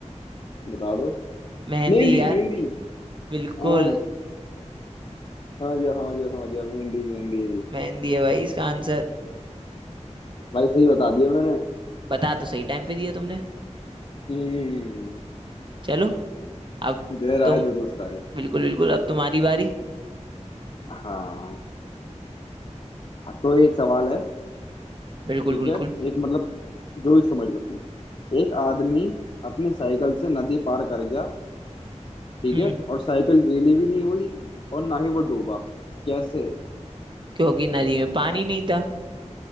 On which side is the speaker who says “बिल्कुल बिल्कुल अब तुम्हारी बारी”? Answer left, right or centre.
Right